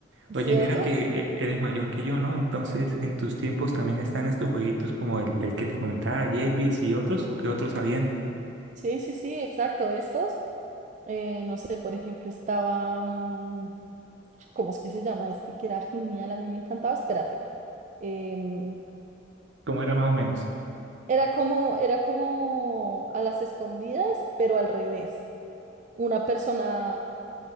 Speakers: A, on the right; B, on the right.
A: Oye,
B: ¿Cierto?
A: mira que e- eres mayor que yo, ¿no? Entonces, ¿en tus tiempos también están estos jueguitos como el, el que te comentaba, Jervis y otros? ¿O qué otros habían?
B: Sí, sí, sí, exacto. Estos. eh, no sé, por ejemplo, estaba, mm, ¿cómo es que se llama este? Que era genial, a mí me encantaba, espérate. em,
A: ¿Cómo era más o menos?
B: era como, era como a las escondidas, pero al revés. Una persona